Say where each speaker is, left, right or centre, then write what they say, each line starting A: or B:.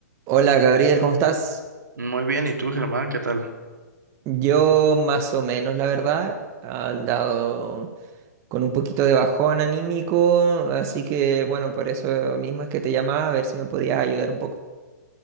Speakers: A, on the right; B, on the right.
A: Hola Gabriel, ¿cómo estás?
B: Muy bien, ¿y tú, Germán? ¿Qué tal?
A: Yo más o menos, la verdad, he dado con un poquito de bajón anímico, así que bueno, por eso mismo es que te llamaba a ver si me podías ayudar un poco.